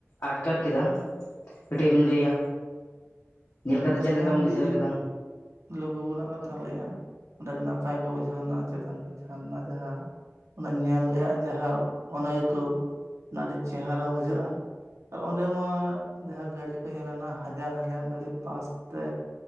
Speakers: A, on the left; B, on the right.
A: ᱟᱴᱠᱟᱨ ᱠᱮᱫᱟ? ᱠᱟᱹᱴᱤᱡ ᱮᱢ ᱞᱟᱹᱭᱟ ᱧᱮᱞ ᱠᱟᱛᱮᱜ
B: ᱟᱫᱚ
A: ᱪᱮᱫ
B: ᱠᱷᱟᱱ
A: ᱞᱮᱠᱟᱢ ᱵᱩᱡᱷᱟᱹᱣ
B: ᱡᱩᱫᱤ
A: ᱠᱮᱫᱟ?
B: ᱞᱩᱜᱩᱵᱩᱨᱩ ᱨᱮᱱᱟᱜ ᱠᱟᱛᱷᱟ ᱞᱟᱹᱭᱟ ᱚᱸᱰᱮ ᱱᱟᱯᱟᱭ ᱜᱮ ᱵᱩᱡᱷᱟᱹᱣᱱᱟ ᱪᱮᱛᱟᱱ ᱠᱚ ᱡᱷᱟᱨᱱᱟ ᱡᱟᱸᱦᱟᱼᱼ ᱚᱱᱟ ᱧᱮᱞ ᱨᱮᱭᱟᱜ ᱡᱟᱸᱦᱟ ᱟᱱᱟᱹᱭᱠᱟᱹᱣ ᱚᱱᱟ ᱟᱹᱰᱤ ᱪᱮᱦᱨᱟ ᱵᱩᱡᱷᱟᱹᱜᱼᱟ᱾ ᱟᱨ ᱚᱸᱰᱮ ᱢᱟ ᱡᱟᱸᱦᱟ ᱜᱟᱹᱰᱤ ᱠᱚ ᱧᱮᱞᱮ ᱱᱟ ᱦᱟᱡᱟᱨ ᱦᱟᱡᱟᱨ ᱜᱟᱹᱲᱤ ᱯᱟᱥᱛᱮᱼᱼ